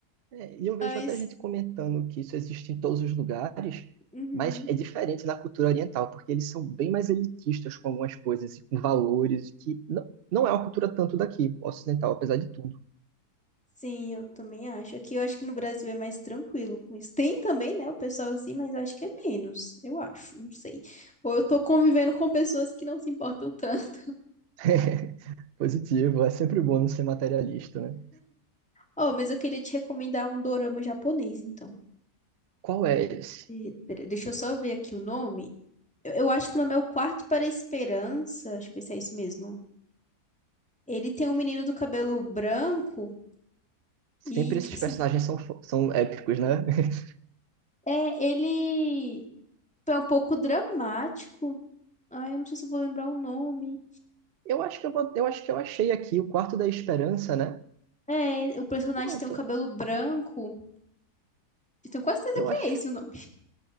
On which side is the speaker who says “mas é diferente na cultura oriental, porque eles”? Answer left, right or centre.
Right